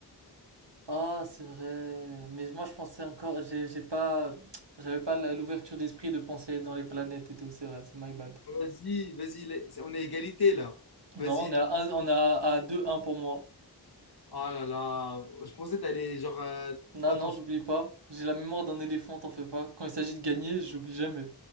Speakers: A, on the right; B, on the left.
A: Ah, c'est vrai. Mais moi, je pensais encore. J'ai j'ai pas. J'avais pas la- l'ouverture d'esprit de penser dans les planètes et tout. C'est vrai, c'est my bad.
B: Vas-y, vas-y, la- on est à égalité, là.
A: Non,
B: Vas-y,
A: on est à, un- on est à à 2-1 pour moi.
B: Oh là là, je pensais que t'allais genre euh,
A: Non,
B: pas
A: non,
B: ton sou-
A: j'oublie pas. J'ai la mémoire d'un éléphant, t'en fais pas. Quand il s'agit de gagner, j'oublie jamais.